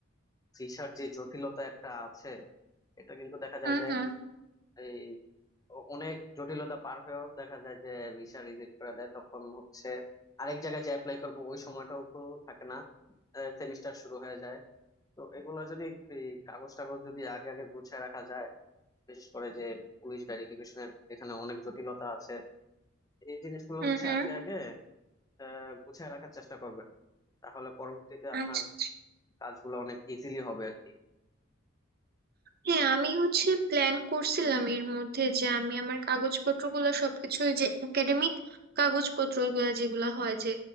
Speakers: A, on the left (about 20°); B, on the right (about 50°).
A: ভিসার যে জটিলতা একটা আছে এটা কিন্তু দেখা যায়
B: হুম
A: যে
B: হুম
A: এই অ- অনেক জটিলতা পার হয়েও দেখা যায় যে ভিসা রিজেক্ট করে দেয় তখন হচ্ছে আরেক জায়গায় যে অ্যাপ্লাই করবো ওই সময়টাও তো থাকে না সেমিস্টার শুরু হয়ে যায় তো এগুলা যদি এই কাগজ টাগজ যদি আগে আগে গুছিয়ে রাখা যায় বিশেষ করে যে পুলিশ ভেরিফিকেশনের এখানে অনেক জটিলতা আছে এই জিনিসগুলো
B: হুম
A: হচ্ছে
B: হুম
A: আগে আগে আহ, গুছিয়ে রাখার চেষ্টা করবেন তাহলে পরবর্তীতে আপনার
B: আচ্ছা আচ্ছা।
A: কাজগুলো অনেক ইজিলি হবে আর কি
B: হ্যাঁ আমি হচ্ছে প্ল্যান করছিলাম এর মধ্যে যে আমি আমার কাগজপত্রগুলো সবকিছু ওই যে একাডেমিক কাগজপত্রগুলো যেগুলো হয় যে